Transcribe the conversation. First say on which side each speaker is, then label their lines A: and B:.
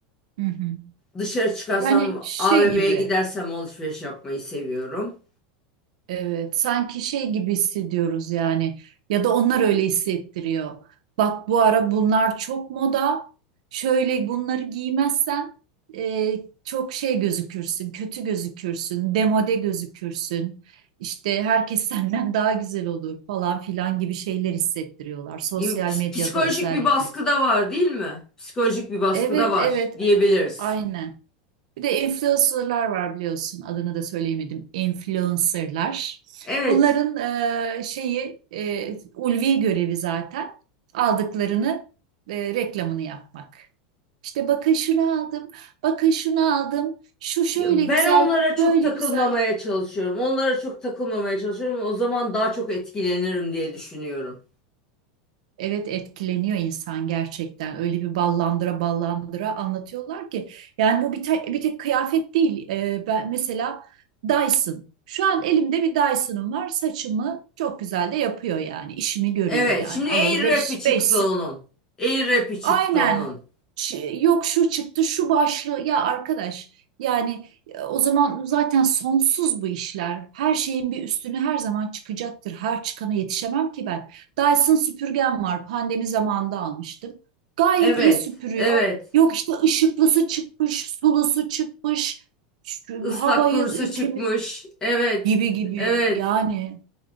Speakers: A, on the right; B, on the left.
A: hı hı.
B: Dışarı çıkarsam,
A: Yani şey
B: AVM'ye
A: gibi.
B: gidersem alışveriş yapmayı seviyorum.
A: Evet, sanki şey gibi hissediyoruz yani ya da onlar öyle hissettiriyor. Bak bu ara bunlar çok moda. Şöyle bunları giymezsen e, çok şey gözükürsün, kötü gözükürsün, demode gözükürsün. İşte herkes <laughs> senden daha güzel olur falan filan gibi şeyler hissettiriyorlar sosyal
B: Gibi ps-
A: medyada
B: psikolojik
A: özellikle.
B: bir baskı da var, değil mi? Psikolojik bir baskı
A: Evet,
B: da var
A: evet,
B: diyebiliriz.
A: aynen. Bir de influencerlar var biliyorsun. Adını da söyleyemedim. Influencerlar.
B: Evet.
A: Bunların e, şeyi e, ulvi görevi zaten aldıklarını e, reklamını yapmak. İşte bakın şunu aldım, bakın şunu aldım, şu şöyle
B: Ya
A: güzel,
B: Ben onlara
A: bu
B: çok
A: böyle
B: takılmamaya
A: güzel.
B: çalışıyorum. Onlara çok takılmamaya çalışıyorum. O zaman daha çok etkilenirim diye düşünüyorum.
A: Evet etkileniyor insan gerçekten. Öyle bir ballandıra ballandıra anlatıyorlar ki. Yani bu bir, te- bir tek kıyafet değil. Ee, ben mesela Dyson. Şu an elimde bir Dyson'ım var. Saçımı çok güzel de yapıyor yani. İşimi görüyor
B: Evet,
A: yani.
B: şimdi
A: Alalı
B: Air
A: 5
B: Rap'i
A: beş,
B: çıktı
A: beş
B: onun. Air Rap'i çıktı
A: Aynen.
B: onun.
A: Ç- Yok şu çıktı, şu başlığı. Ya arkadaş, yani e, o zaman zaten sonsuz bu işler. Her şeyin bir üstünü her zaman çıkacaktır. Her çıkana yetişemem ki ben. Dyson süpürgem var. Pandemi zamanında almıştım. Gayet
B: Evet,
A: iyi süpürüyor.
B: evet.
A: Yok işte ışıklısı çıkmış, sulusu çıkmış, şu
B: Islak
A: havayı
B: kurusu
A: e,
B: çıkmış.
A: temiz
B: Evet,
A: gibi gibi.
B: evet.
A: Yani